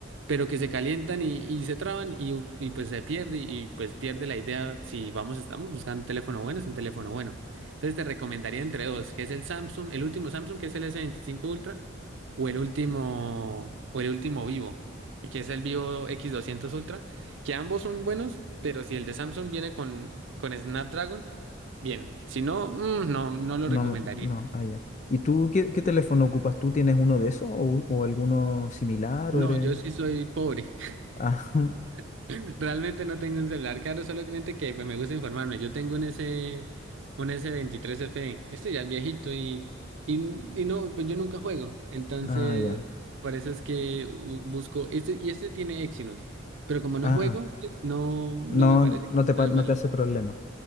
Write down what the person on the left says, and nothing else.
No,
no, allá. ¿Y tú qué, qué teléfono ocupas? ¿Tú tienes uno de esos o, o alguno similar
o eres...
Ah, <laughs>
ah, ya.
Ah,
no,
no te, pa-
no
te hace problema.